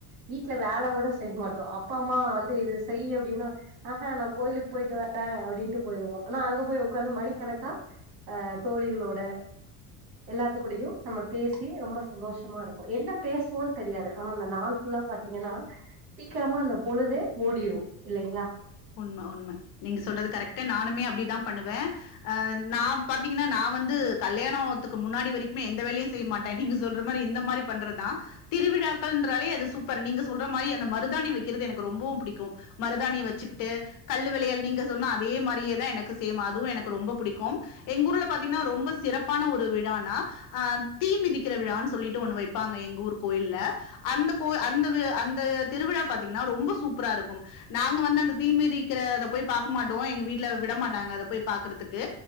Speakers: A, on the right (about 75°); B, on the left (about 45°).
A: வீட்டுல வேல கூட செய்ய மாட்டோ அப்பா அம்மா வந்து இத செய் அப்படின்னா ஆஹா நா கோயிலுக்கு போயிட்டு வரே அப்படின்ட்டு போயிருவோம் ஆனா அங்க போய் உ்காந்து மணிக்கணக்காஹ் அ தோழிகளோட எல்லாத்து கூடையு நாம பேசி ரொம்ப சந்தோஷமா இருப்போ என்ன பேசுவோம்ன்னு தெரியாது ஆனா அந்த நாள் ஃபுல்லா பாத் ங்கன்னா சீக்கிரமா அந்த பொழுது ஓடிடு இல்லைங்களா
B: உண்ம உண்ம நீங்க சொல்றது கரெக்ட்டு நானுமே அப்டிதா பண்ணுவே அ நா பாத்தீங்கன்னா நா வந்து கல்யாணத்துக்கு முன்னாடி வரைக்குமே எந்த வேலையு செய்ய மாட்ட நீங்க சொல்ற மாரி இந்த மாரி பண்றதா திருவிழாக்கள்ன்றாலே அது சூப்பர் நீங்க சொல்ற மாரி அந்த மருதாணி வக்கிறது எனக்கு ரொம்பவு பிடிக்கு மருதாணி வச்சு ட்டு கல்லு வளையல் நீங்க சொன்ன அதே மாரியேதா எனக்கு சேம் அதுவு எனக்கு ரொம்ப பிடிக்கு எங்க ஊர்ல பாத்தீங்கனா ரொம்ப சிறப்பான ஒரு விழானா அ தீமிதிக்கிற விழான் சொல்லிட்டு ஒன்னு வைப்பாங்க எங்க ஊர் கோயில்ல அந்த கோ அந்த அந்த திருவிழா பாத்தீங்னா ரொம்ப சூப்பராருக்கும் நாங்க வந்து அந்த தீமிதிக்கிறத போய் பாக் மாட்டோ எங்க வீட்ல விட மாட்டாங்க அத போய் பாக்குறதுக்கு